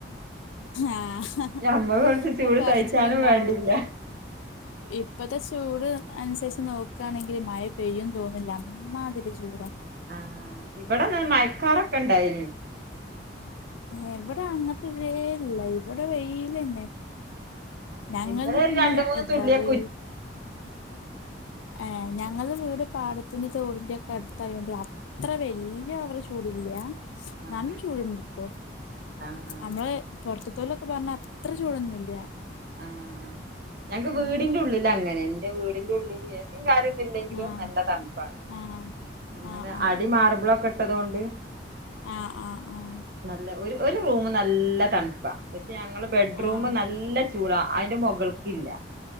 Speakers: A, on the left (about 80°); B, on the right (about 50°).
A: ആഹ്
B: ഞമ്മ കുറച്ച് ചൂട്
A: അത് പറച്ചിലേ
B: സഹിച്ചാലും
A: ഉണ്ടാവുള്ളൂ.
B: വേണ്ടില്ല
A: ഇപ്പത്തെ ചൂട് അനുസരിച്ച് നോക്കുകയാണെങ്കിൽ മഴ പെയ്യുന്ന് തോന്നില്ല അമ്മാതിരി ചൂടാ.
B: ആഹ് ഇവിടെന്ന മഴക്കാറൊക്കെ ഇണ്ടായിന്.
A: ഏഹ് ഇവിടെ അങ്ങത്തെ ഇതേ ഇല്ല, ഇവിടെ വെയിലന്നെ ഞങ്ങൾത്
B: ഇന്നലെ ഒരു
A: പിന്നെ
B: രണ്ട് മൂന്ന്
A: എന്താ
B: തുള്ളിയൊക്കെ
A: വീ
B: ഉ
A: ഏഹ് ഞങ്ങളെ വീട് പാടത്തിന്റിം തോടിന്റിം ഒക്കെ അട്ത്തായാേണ്ട് അ അത്ര വല്യ ഓവറ് ചൂട്ല്ലാ ന്നാലും
B: ആഹ്
A: ചൂട്ണ്ട്ട്ടോ
B: ആഹ് ആഹ്
A: അമ്മള് പൊർത്ത്തോലൊക്കെ പറഞ്ഞ അത്ര ചൂടൊന്നുല്ല
B: ആഹ് ഞങ്ങക്ക്
A: ഉം
B: വീട്ന്റെ ഉള്ളിലങ്ങെനെ ന്റെ വീടിന്റെ ഉള്ളില് എ സിം കാര്യാെന്നും ഇല്ലെങ്കിലും
A: ആഹ്
B: നല്ല തണ്പ്പാണ്
A: ആഹ്
B: ങ്ങടെ
A: ആഹ് ആഹ്
B: അടി മാർബിളൊക്കെ ഇട്ടതോണ്ട്
A: ആഹ് ആഹ് ആഹ്
B: നല്ല ഒര് ഒര് റൂമ് നല്ല തൺപ്പാ പക്ഷേ ഞങ്ങളെ ബെഡ്റൂമ്
A: ആഹ്
B: നല്ല ചൂടാ അയ്ന്റെ മാെകൾക്കില്ലാ